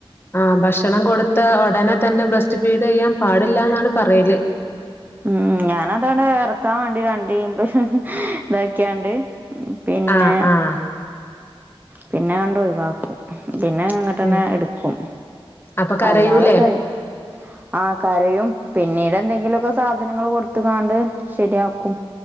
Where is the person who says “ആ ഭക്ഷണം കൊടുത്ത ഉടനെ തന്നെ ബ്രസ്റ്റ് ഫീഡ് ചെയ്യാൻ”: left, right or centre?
Left